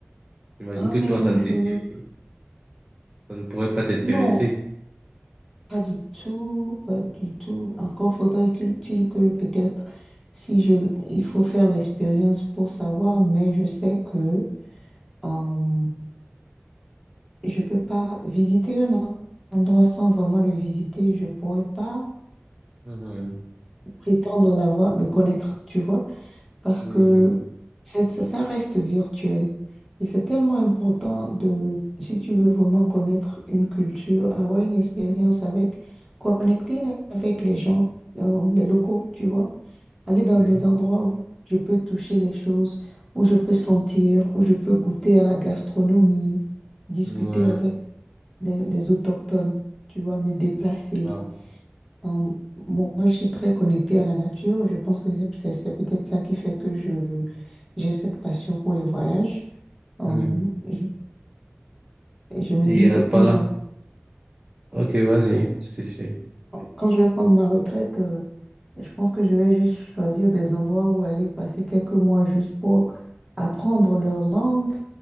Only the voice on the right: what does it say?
J'imagine
que
toi, ça ne
te dit- ça ne pourrait pas t'intéresser.
Mhm.
Oui,
je vois.
Oui.
Mhm.
Ah.
Mhm.
Et
euh,
pas là.
Ok, vas-y, je te suis.